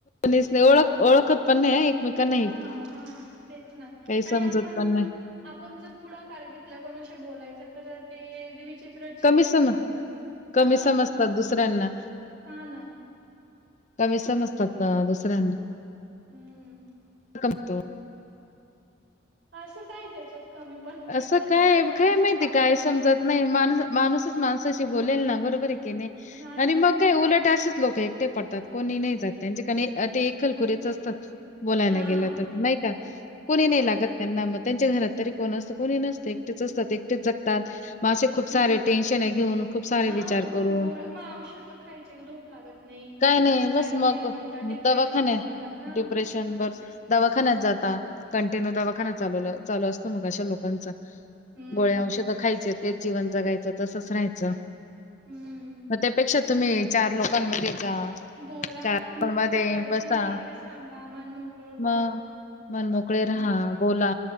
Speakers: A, on the left (about 35°); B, on the right (about 65°).
A: स् नाही ओळ एक मेक
B: हा हा तेच ना
A: समजत
B: आणि आपण
A: पण नाही.
B: आपण जर पुढाकार घेतला कोणाशी बोलायच, तर ते विचित्र चेहरे
A: कमी सम
B: करतात.
A: कमी
B: हां,
A: समजतात दुसऱ्यांना
B: हां ना.
A: कमी समजतात ना दुसऱ्यांना
B: हम्म.
A: कमतो.
B: हा असं काय त्याच्यात कमीपणा
A: असं
B: वाटण्यासारखं
A: काय
B: माणूसच
A: काय माहिती
B: माणसाशी
A: काय समजत
B: बोल
A: नाही माणस माणूसच माणसाशी बोलेल ना बरोबर आहे.
B: हां ना,
A: नि म काय उओलट अस. लोक एकटे पडतात कोणी नाही जात त्यांच्याक ते एक खल खुरेच. बोलायला
B: हां
A: गेलं तर नाही का कोणी
B: मग.
A: नाही लागत त्यांना मग त्यांच्या घरात तरी कोण असतं कोणी नसत एकटेच असतात एकटेच जगतात. मासे खूप
B: हम्म,
A: सारे टेन्शन आहे घेऊन खूप सारे
B: हां
A: विचार
B: मग
A: करून
B: गोळ मग औषध खायचे झोप लागत नाही.
A: काय नाही
B: काय
A: बस मग
B: ते म्हणतात डिप्रेशन
A: दवाखाने
B: येऊन जात हां,
A: डिप्रेशन बर. दवाखान्यात जाता कंटिन्यू दवाखा ल चालू असतो मग अशा लोकांचा
B: हम्म.
A: गोळ्या औषध खायचे तेच जीवन जगायचं तसच राहायचं.
B: हम्म,
A: मग त्यापेक्षा तुम्ही चार लोकांमध्ये जा
B: बोला
A: चार
B: तुमचीच
A: पण मध्ये
B: काही अडचणी
A: बसा
B: आहे ते सांगा मन मोकळं बोला.
A: मग. मन मोकळे
B: हम्म.
A: राहा बोला.